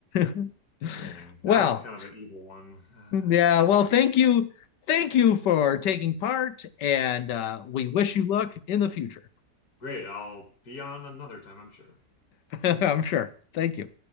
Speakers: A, on the left (about 85°); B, on the left (about 60°).
A: <laughs>
B: dang.
A: Well,
B: That was kind of an evil one. <sighs> Ah.
A: yeah, well, thank you. Thank you for taking part, and uh, we wish you luck in the future.
B: Great, I'll be on another time, I'm sure.
A: <laughs> I'm sure. Thank you.